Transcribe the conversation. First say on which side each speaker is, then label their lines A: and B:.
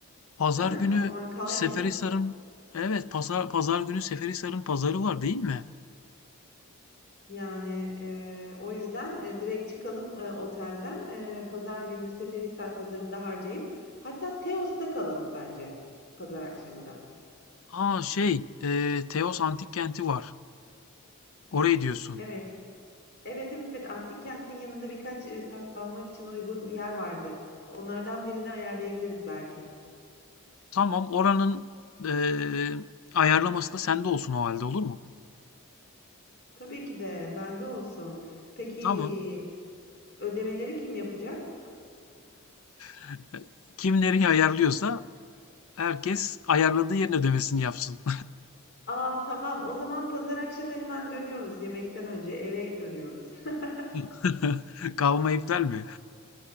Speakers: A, on the left; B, on the left.
A: Pazar
B: değil mi?
A: günü
B: O zaman kalmayalım.
A: Seferihisar'ın evet pazar pazar günü Seferihisar'ın pazarı var değil mi?
B: Yani e, o yüzden e, direkt çıkalım e, otelden. E, pazar gününü Seferihisar pazarında harcayıp hatta Teos'ta kalalım bence pazar akşamı da.
A: Aa şey, e, Teos Antik Kenti var. Orayı diyorsun.
B: Evet. Evet evet antik kentin yanında birkaç e, kalmak için uygun yer vardı. Onlardan birini ayarlayabiliriz belki.
A: Tamam, oranın e, ayarlaması da sende olsun o halde olur mu?
B: Tabii ki de bende olsun. Peki
A: Tamam.
B: ödemeleri kim yapacak?
A: <laughs> Kim ayarlıyorsa Herkes ayarladığı yerin ödemesini yapsın.
B: Aa tamam o zaman pazar akşamı hemen dönüyoruz. Yemekten önce eve dönüyoruz. <laughs>
A: <laughs> Kavma iptal mi?